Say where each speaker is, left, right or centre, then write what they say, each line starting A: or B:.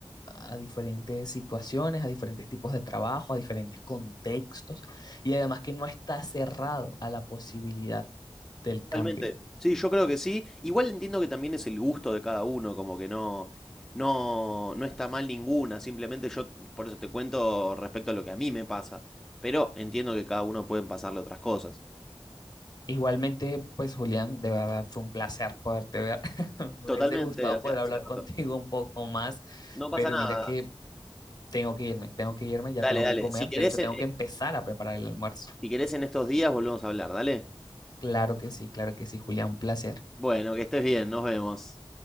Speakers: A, on the left; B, in the centre.
A: a diferentes situaciones, a diferentes tipos de trabajo, a diferentes contextos y además que no está cerrado a la posibilidad del cambio.
B: Totalmente. Sí, yo creo que sí. Igual entiendo que también es el gusto de cada uno, como que no, no, no está mal ninguna, simplemente yo por eso te cuento respecto a lo que a mí me pasa, pero entiendo que cada uno pueden pasarle otras cosas.
A: Igualmente, pues Julián, de verdad fue un placer poderte ver. <laughs> Me
B: Totalmente,
A: hubiese gustado
B: hacía
A: poder
B: hacía
A: hablar
B: rato.
A: contigo un poco más,
B: No pasa
A: pero
B: nada.
A: mira que tengo que irme, tengo que irme, ya
B: Dale,
A: tengo
B: dale.
A: que comer.
B: Si querés,
A: De hecho,
B: en-
A: tengo
B: eh,
A: que empezar a preparar el almuerzo.
B: si querés en estos días volvemos a hablar, dale.
A: Claro que sí, claro que sí, Julián, un placer.
B: Bueno, que estés bien, nos vemos.